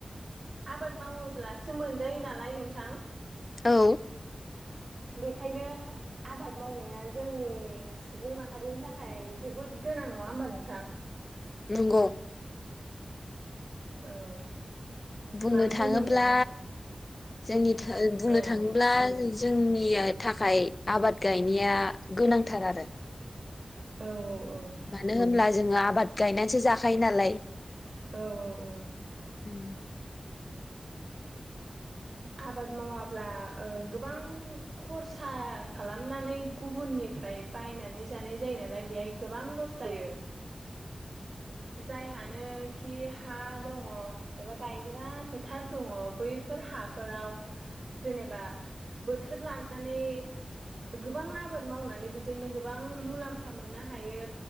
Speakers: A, on the right; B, on the left.
A: आबाद मावोब्लासो मोनजायो नालाय नोंथां
B: औ
A: बेखायनो आबाद मावनाया जोंनि सुबुं माहारिनि थाखाय जोबोद गोनां नङा होमबा नोंथां
B: नंगौ
A: औ
B: बुंनो
A: मानो
B: थाङोब्ला
A: होनोब्ला
B: जोंनिथिं बुंनो
A: औ
B: थाङोब्ला जोंनिया थाखाय आबाद गायनाया गोनांथार आरो
A: औ औ औ
B: मानो होमब्ला जोङो आबाद गायनानैसो जाखायो नालाय
A: औ औ औ
B: उम
A: आबाद मावाब्ला गोबां खरसा खालामनानै गुबुननिफ्राय बायनानै जानाय जायो नालाय बेहाय गोबां लस जायो जायहानोखि हा दङ एबा गायग्रा फोथार दङ बैफोर हा फोराव जेनेबा बोथोर लानानै गोबां आबाद मावनानै बेजोंनो गोबां मुलाम्फा मोननो हायो